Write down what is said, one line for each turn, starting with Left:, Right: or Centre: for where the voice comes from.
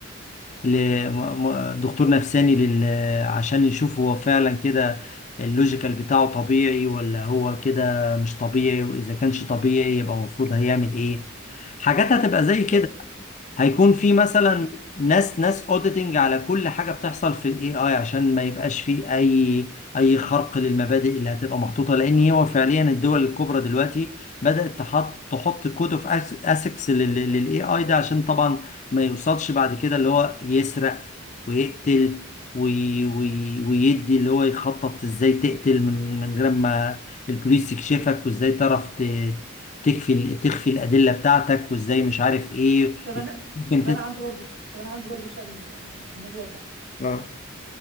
Left: ل- م- م- دكتور نفساني لل عشان يشوف هو فعلا كده اللوجيكال بتاعه طبيعي ولا هو كده مش طبيعي واذا كانش طبيعي يبقى المفروض هيعمل ايه حاجات هتبقى زي كده
Right: ب...
Left: هيكون في مثلا
Right: تمام.
Left: ناس ناس اوديتنج على كل حاجه بتحصل في الاي اي عشان ما يبقاش في اي اي خرق للمبادئ اللي هتبقى محطوطه لان هو فعليا الدول الكبرى دلوقتي بدات تحط تحط كود اوف اسكس للاي اي ده عشان طبعا ما يوصلش بعد كده اللي هو يسرق ويقتل وي وي ويدي اللي هو يخطط ازاي تقتل من من غير ما البوليس يكشفك وازاي تعرف ت- تكفي تخفي الادله بتاعتك وازاي مش عارف ايه
Right: طب انا
Left: ممكن
Right: طب
Left: تسأل
Right: انا عندي برضو طب انا عندي برضو سؤال يعني في الموضوع ده
Left: اه